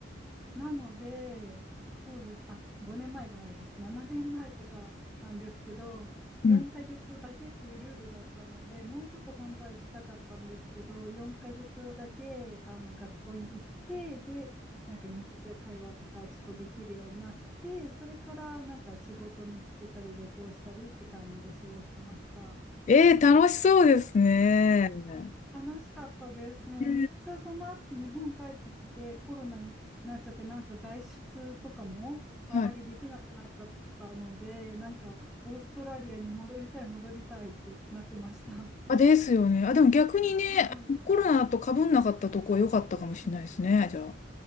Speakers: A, in the centre; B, on the left.
A: なので、そうで、あ、5年前じゃないです。7年前とかなんですけど、
B: うん。
A: 4ヶ月だけっていうルールだったので、もうちょっと本当は行きたかったんですけど、4ヶ月だけあの学校に行って、で、なんか日常会話とかちょっとできるようになって、それからなんか仕事を見つけたり旅行したりって感じで過ごしてました。
B: えー、楽しそうですね。ね
A: 楽しかったです。もうめっちゃその後日本帰ってきてコロナになっちゃってなんか外出とかもあまりできなくなっちゃったのでなんかオーストラリアに戻りたい戻りたいってなってました。
B: えはい。あ、ですよね。あ、でも逆にね、
A: はい。
B: コロナと被んなかったとこ良かったかもしれないですね、じゃあ。